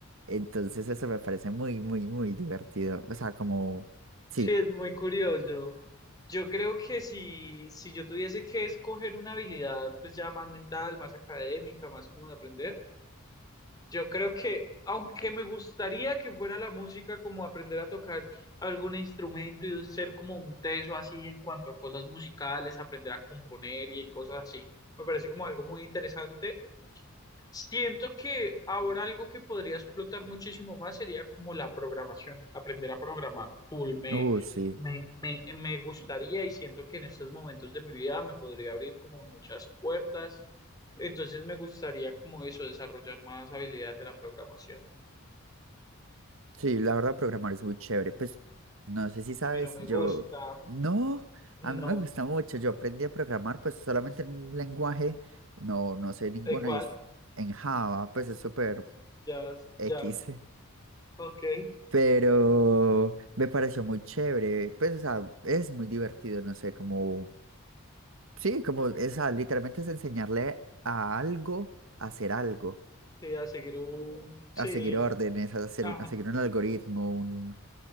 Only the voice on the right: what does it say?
Entonces eso me parece muy, muy, muy divertido. O sea, como, sí,
uh, sí.
Sí, la verdad, programar es muy chévere. Pues no sé si sabes,
yo
no,
a mí me gusta mucho. Yo aprendí a programar pues solamente en un lenguaje, no, no sé ninguno
y es en Java, pues es súper
X,
<laughs> pero me pareció muy chévere. Pues o sea, es muy divertido, no sé, como, sí, como esa, literalmente es enseñarle a algo a hacer algo,
a seguir
órdenes, a hacer,
un- a seguir un algoritmo, un,